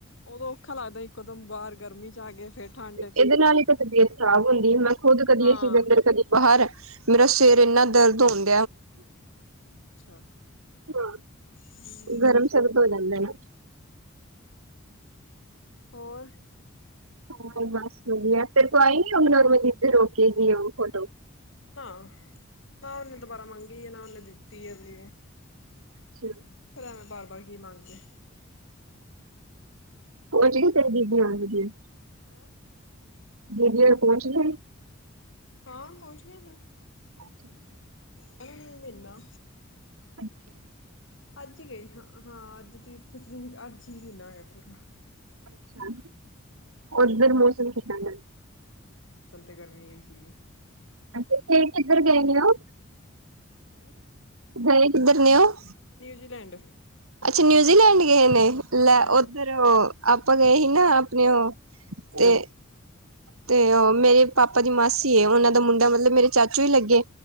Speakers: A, on the left; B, on the right.
A: ਉਦੋਂ ਔਖਾ ਲੱਗਦਾ ਇੱਕਦਮ ਬਾਹਰ ਗਰਮੀ ਚ ਆ ਗਏ ਫੇਰ ਠੰਡ ਚ
B: ਇਹਦੇ ਨਾਲ ਇੱਕ ਤਾਂ ਤਬੀਅਤ ਖਰਾਬ ਹੁੰਦੀ ਮੈਂ ਖੁਦ ਕਦੀ
A: ਹਾਂ।
B: ਅਂ ਦੇ ਅੰਦਰ ਕਦੀ ਬਾਹਰ ਮੇਰਾ ਸਿਰ ਇੰਨਾ ਦਰਦ ਹੁਣ
A: ਅੱਛਾ
B: ਹਾਂ
A: ਹੂੰ
B: ਗਰਮ ਸ਼ਰਤ ਹੋ ਜਾਂਦਾ ਨਾ
A: ਹੋਰ
B: ਹਾਂ ਬਸ ਵਧੀਆ ਤੇ ਕੋ ਆਈ ਨੀ ਉਹ ਨਰਮ ਜਿੱਤੋ ਰੋਕੇਗੀ ਦੀ ਫੋਟੋ
A: ਹਾਂ ਨਾ ਉਹਨੇ ਦੁਬਾਰਾ ਮੰਗੀ ਨਾ ਉਹਨੇ ਦਿੱਤੀ ਹੈ ਵੀ
B: ਅੱਛਾ
A: ਫਿਰ ਐਵੇਂ ਵਾਰ ਵਾਰ ਕੀ ਮੰਗ ਕੇ
B: ਉਹਜੜ ਤਰ ਦੀਬ ਆਣਗੇ
A: ਹੈ
B: ਦੀਦੀ ਪਹੁੰਚ ਗਏ
A: ਹਾਂ ਪਹੁੰਚ ਗ ਸੀ
B: ਅੱਛਾ ਅੱਛਾ
A: ਕਹਿ ਮਹੀਨਾ
B: ਅੱਛਾ
A: ਅੱਜ ਹੀ ਗਈ ਹਾਂ ਹਾਂ ਅੱਜ ਤੀਰਥ ਸਿੰਘ ਅੱਜ ਹੀ ਮਹੀਨਾ ਹੋਇਆ ਪੂਰਾ
B: ਅੱਛਾ
A: ਹਾਂ ਇੱਕ
B: ਉਧਰ ਮੌਸਮ ਕਿਦਾਂ ਦਾ
A: ਉਦਨ ਤੇ ਗਰਮੀ ਹੋਈ ਸੀ
B: ਹਾਂਜੀ ਫ ਕਿੱਧਰ ਗਏ ਨੇ ਹੋ
A: ਹੈ
B: ਹ ਕਿਧਰ ਨੇ ਉਹ
A: ਨਿਊਜ਼ੀਲੈਂਡ
B: ਅੱਛਾ ਨਿਊਜ਼ੀਲੈਂਡ ਗਏ ਨੇ ਲੈ
A: ਹਾਂ
B: ਉੱਧਰ ਆਪਾਂ ਗਏ ਸੀ ਨਾ ਆਪਣੇ ਉਹ ਤੇ ਤੇ ਉਹ ਮੇਰੇ ਪਾਪਾ ਦੀ ਮਾਸੀ ਹੈ ਉਹਨਾਂ ਦਾ ਮੁੰਡਾ ਮਤਲਬ ਮੇਰੇ ਚਾਚੂ ਹੀ ਲੱਗੇ